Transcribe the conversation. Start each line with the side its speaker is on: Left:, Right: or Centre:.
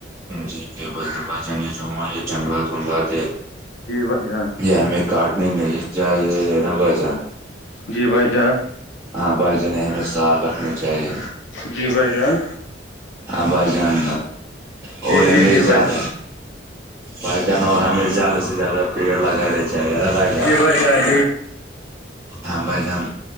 Right: ان جی کے بذیبہ جن جو یہ جنگلات ونگلات ہے
Left: جی بھائی جان
Right: یہیا ہمیں کاٹنے نہیں چاہیے نا بھ جان
Left: جی بھائی جان
Right: ہاں بھائی جانیں ہمیں سا آ کرنے چاہیے
Left: جی بھائی جان
Right: آ با جان اورورے
Left: جی جی
Right: میرے
Left: جی
Right: زد
Left: بھائی جان
Right: بائی جانور ہمیں زیادہ سے زیادہ پیڑ لگانے چاہیےا بائی
Left: جی ب جاد
Right: ہم بائی جان